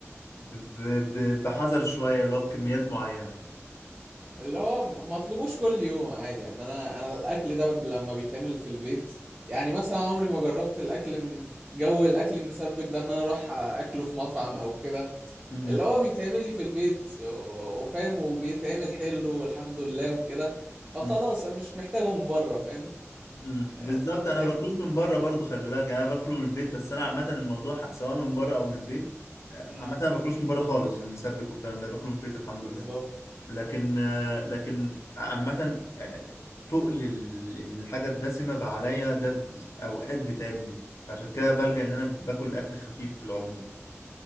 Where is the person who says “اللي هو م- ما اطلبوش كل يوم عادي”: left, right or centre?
Right